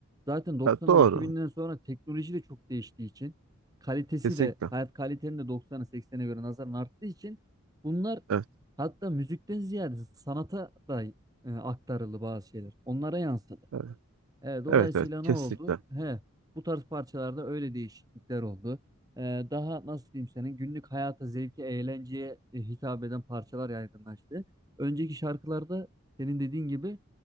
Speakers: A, on the right; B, on the right.
A: Zaten 90'dan
B: ha, doğru.
A: 2000'den sonra teknoloji de çok değiştiği için kalitesi
B: Kesinlikle.
A: de hayat kalitenin de 90'a 80'e göre nazaran arttığı için bunlar
B: Evet,
A: hatta müzikten ziyade sanata da e, aktarıldı bazı şeyler. Onlara yansıdı.
B: evet,
A: E, dolayısıyla
B: evet, evet,
A: ne
B: kesinlikle.
A: oldu? He, bu tarz parçalarda öyle değişiklikler oldu. E, daha nasıl diyeyim senin günlük hayata, zevke, eğlenceye e, hitap eden parçalar yaygınlaştı. Önceki şarkılarda senin dediğin gibi